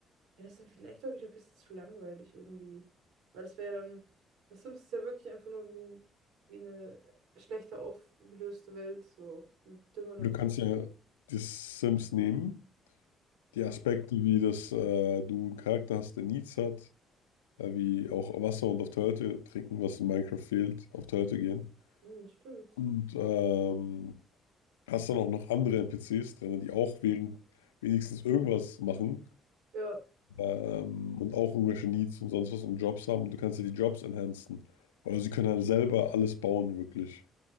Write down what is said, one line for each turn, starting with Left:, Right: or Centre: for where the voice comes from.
Right: Ja, das ist dann vielleicht auch wieder ein bisschen zu langweilig irgendwie. Weil das wäre ja dann. The Sims ist ja wirklich einfach nur wie ein, wie eine schlechter aufgelöste Welt, so. Eine dümmere
Left: Du
Right: bist.
Left: kannst ja die Sims nehmen,
Right: Ja,
Left: die Aspekte, wie das, äh, du einen Charakter hast, der Needs hat, äh, wie auch Wasser und auf Toilette trinken, was in Minecraft fehlt, auf Toilette gehen.
Right: hm, stimmt.
Left: Und ähm, hast dann auch noch andere NPCs drin, die auch wegen wenigstens irgendwas machen
Right: Ja,
Left: ähm, und auch irgendwelche Needs und sonst was und Jobs haben und du kannst ja die Jobs enhancen. Oder sie können halt selber alles bauen, wirklich.